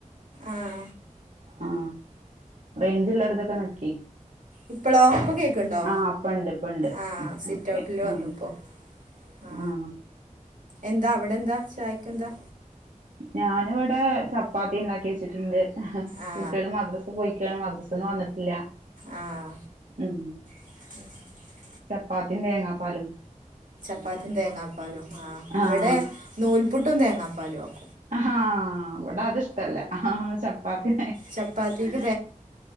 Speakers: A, on the right; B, on the right.
A: ആഹ
B: ആ റേഞ്ചള്ളടത്തൊക്കെ നക്കി
A: ഇപ്പളോ ഇപ്പൊ കേക്ക്ണ്ടോ
B: ആഹ അപ്പൊ ഉണ്ട് ഇപ്പണ്ട്
A: ആ സിറ്റ്
B: ഓക്കെ
A: ഔട്ടില്
B: ആ
A: വന്നപ്പോ ആ
B: ഉം
A: എന്താ അവിടെ എന്താ ചായക്ക്െന്താ
B: ഞാനിവിടെ ചപ്പാത്തി ഉണ്ടാക്കി വെച്ചിട്ടുണ്ട്
A: ആ
B: കുട്ടികള് മദ്രസ പോയിക്കാണ് മദ്ര വന്നിട്ടില്ല
A: ആഹ
B: ഉം <unintelligible>
A: ഉ <unintelligible>
B: ചപ്പാത്തി തേങ്ങാപ്പാലും
A: ചപ്പാത്തിും തേങ്ങാപ്പാലും ആ ഇവിടെ
B: ആഹ്
A: നൂൽപുട്ടും തേങ്ങാപ്പാലുംൊക്കെ
B: ഹാ അവിടെ അത്ഷ്ടല്ല ആ ചപ്പാത്തി
A: ചപ്പാത്തിക്ക്